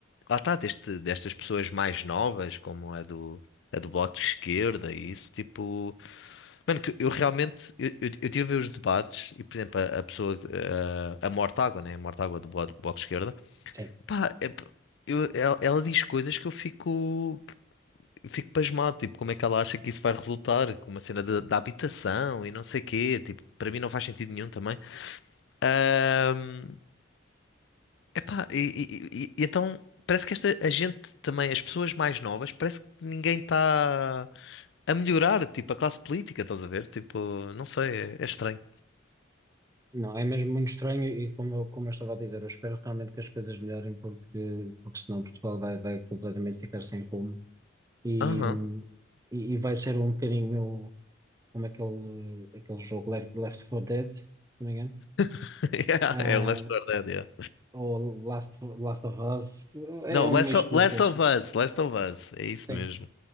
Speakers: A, on the left; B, on the right.
A: lá está, deste, destas pessoas mais novas, como a do, a do Bloco de Esquerda e isso, tipo, mano, que eu realmente, eu, eu, eu tive a ver os debates e, por exemplo, a, a pessoa, ah, a Mortágua, né, a Mortágua do Bloco, Bloco de Esquerda,
B: Sim,
A: pá, é- eu- ela, ela diz coisas que eu fico eu fico pasmado, tipo, como é que ela acha que isso vai resultar com uma cena da da habitação e não sei quê, tipo, para mim não faz sentido nenhum também. Ahm, epá, e, e- e- e então parece que esta, a gente também, as pessoas mais novas, parece que ninguém está a melhorar, tipo, a classe política, estás a ver? Tipo, não sei, é, é estranho.
B: não, é mesmo muito estranho e como eu, como eu estava a dizer, eu espero realmente que as coisas melhorem porque, porque senão Portugal vai, vai completamente ficar sem rumo e,
A: Aham,
B: e, e vai ser um bocadinho como aquele, aquele jogo Left, Left 4 Dead, se não me engano.
A: <laughs> Yeah,
B: Ah,
A: é o Left 4 Dead, yeah.
B: ou Last, Last of Us, é
A: Não,
B: um
A: Last
B: misto
A: of, Last
B: dos dois.
A: of Us, Last of Us, é isso
B: Sim.
A: mesmo.